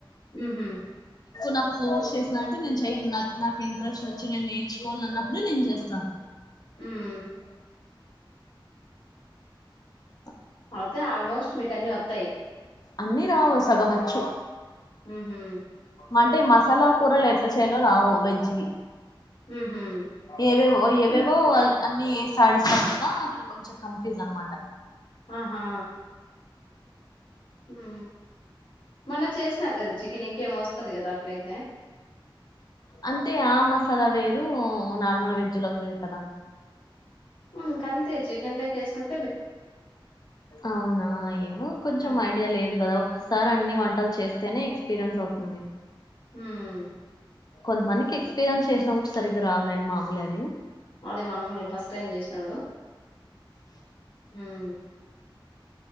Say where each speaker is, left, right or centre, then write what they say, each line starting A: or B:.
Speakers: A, on the left (about 80°); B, on the left (about 50°).
A: ఉహు
B: నాకు కోర్స్ చేసినట్టు నేను చెయను నాకు ఇంట్రెస్ట్ వచ్చి నేను నేర్చుకోవాల అన్నప్పుడే నేను చేస్తాను.
A: ఉహు
B: ఊ
A: అయితే ఆల్మోస్ట్ మీకన్నీ వత్ త్తయి
B: అన్ని రావు సగం వచ్చు
A: హుహు
B: అంటే మసాలా కూరలు ఎట్లా చేయాలో రావు వెజ్ వి
A: ఉహు
B: ఏవేవో ఏవేవో
A: ఇంక
B: వాళ్ళ అన్ని సాడిస్డుతదా అక్కడ కొంచెం కన్ఫ్యూజ్ అనమాట.
A: హా ఊ హు మొన్న చేసినారు కదా చికెన్ ఇంకేం వస్తది కదా అట్లయితే
B: అంటే ఆ మసాలా వేరు వేరు నార్మల్ వెజ్ లోకి వేరు కదా
A: హ్మ్ ఇంకంతే చికెన్ లోకి వేసినట్లు
B: అవునా ఏమో కొంచెం
A: హ్మ్
B: ఐడియా లేదు కదా ఒకసారి అన్ని వంటలు చేస్తేనే ఎక్స్పీరియన్స్ అవుతుంది
A: హ్మ్
B: కొంతమందికి ఎక్స్పీరియన్స్ చేసినా కూడా సరిగ్గా రావు లేండి మామూలే అది
A: మాది మామూలే ఫస్ట్ టైం చేసినాడు హ్మ్